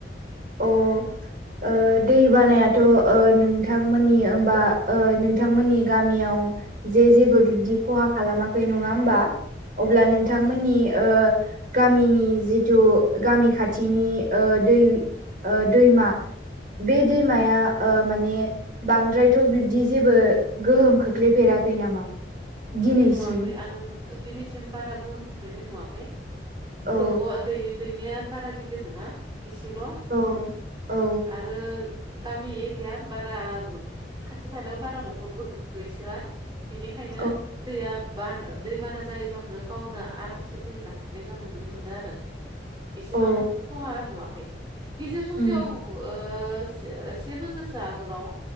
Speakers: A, on the right; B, on the right.
A: औ ओ दै बानायाथ' ओ नोंथांमोननि होमबा ओ नोंथांमोननि गामियाव जे जेबो बिबदि खहा खालामाखै नङा होमबा अब्ला नोंथांमोननि ओ गामिनि जिथु गामि खाथिनि ओ दै ओ दैमा बे दैमाया ओ माने बांद्रायथ' बिब्दि जेबो गोहोम खोख्लैफेराखै नामा दिनैसिम
B: नुवाखै आं दिनैसिम बारा गोहोम खोख्लैनाय नुवाखै
A: औ
B: दंग' दै दैमाया बारा गिदिर नङा एसेल'
A: औ औ
B: आरो गामि एरिया बारा खाथि खालायाव बारा न'खरबो गैसोआ बिनिखायनो
A: औ
B: दैया बान दै बाना जायोबनो गावनो आरामसे बोहैलांफिननायखौ आं नुनो मोनदों आरो एसेबां
A: औ
B: खहा नुवाखै गेजेर ससेयाव
A: उम
B: ओ से से बोसोरसो आगोलाव